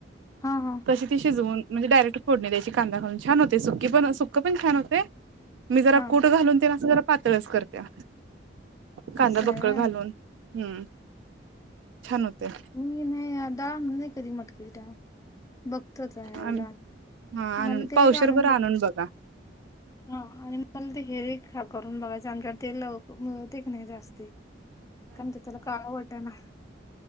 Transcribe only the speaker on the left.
हा हा
हा
असं आहे
व्हय
मी नाही आता नाही कधी मटकीची डाळ बघ तच आहे
येवला
मला ते
एक आणून
बघ
हा आणि मला ते हे एक हा करून बघायचं आमच्याकडं ते ल मिळत एक नाही जास्ती. काय म्हणत्यात त्याला काळा वटाणा